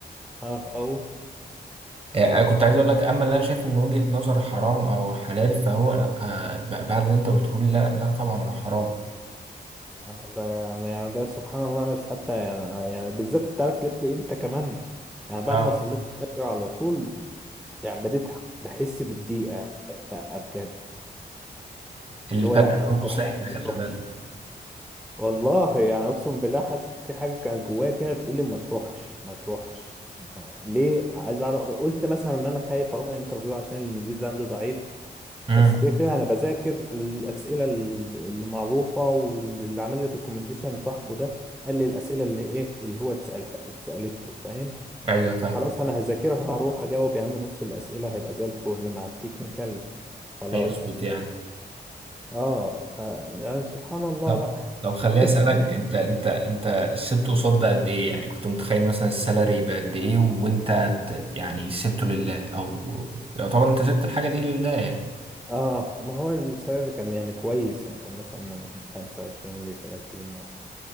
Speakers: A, in the centre; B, on the right.
A: اه او
B: آه، آه، كنت عايز اقول لك اما اللي انا شايفه من وجهه نظر حرام او حلال فهو لا آه، ب- بعد اللي انت قلته لي لا لا طبعا هو حرام
A: ده يعني يعني ده سبحان الله ناس حتى يعني يعني بالذات انت عارف جت لي امتى كمان يعني بعد
B: اه
A: ما صليت الفجر على طول يعني بديت بحس بالضيقة بقى بجد
B: الفكره
A: اللي هو لا ما
B: برضه
A: تروحش
B: سحر
A: ما
B: خلي
A: تروحش
B: بالك
A: والله يعني اقسم بالله حاسس في حاجة كانت جوايا كده بتقول لي ما تروحش ما تروحش ليه عايز اعرف قلت مثلا ان انا خايف اروح الانترفيو عشان الانجليزي عندي ضعيف
B: امم
A: بس كده كده انا بذاكر الاسئله ال- اللي معروفه واللي عامل لي ريكومنديشن صاحبه ده قال لي الاسئله اللي ايه اللي هو اتسالها اتسالت له فاهم
B: ايوه فاهم
A: فخلاص انا هذاكرها هروح اجاوب يا عم نص الاسئله هيبقى زي الفل مع التكنيكال خلاص
B: هيظبط يعني
A: اه ف يعني سبحان الله
B: طب
A: بقى
B: طب خليني
A: <laughs>
B: اسالك انت انت انت سبته قصاد ده قد ايه يعني كنت متخيل مثلا السالري يبقى قد ايه وانت ت- يعني سبته لله او يعتبر انت سبت الحاجه دي لله يعني
A: اه ما هو السعر كان يعني كويس يعني كان مثلا من 25 ل 30 مثلا